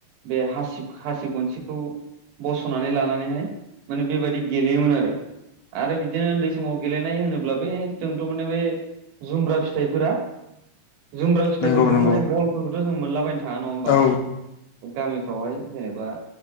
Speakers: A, on the right (about 80°); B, on the left (about 80°).
A: बे हासिब हासिब गनसिखौ। बस'नानै लानानैहाय माने बेबायदि गेलेयोमोन आरो। आरो बिदिनो उन्दै समाव गेलेनाय होनोब्ला बे जोंथ' माने बे जुमब्रा फिथाइफोरा जुमब्रा फिथाइफोरखौ
B: नंगौ नंगौ
A: माने बलफोरखौथ' जों मोनलाबायनो थाङा नङा होमबा।
B: औ
A: गामिफ्रावहाय जेनेबा